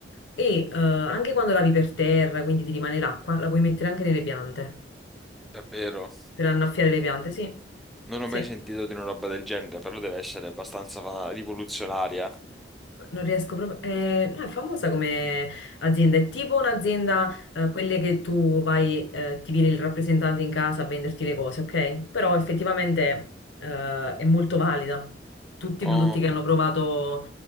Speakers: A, on the left; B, in the centre.
A: E eh, anche quando lavi per terra, quindi ti rimane l'acqua, la puoi mettere anche nelle piante
B: Davvero?
A: per annaffiare le piante. Sì,
B: Non
A: sì.
B: ho mai sentito di una roba del genere, però deve essere abbastanza rivoluzionaria.
A: Non riesco proprio. eh, no, è famosa come azienda, è tipo un'azienda, eh, quelle che tu vai, eh, ti viene il rappresentante in casa a venderti le cose, ok? Però effettivamente, eh, è molto valida. Tutti
B: Ho
A: i prodotti che hanno provato,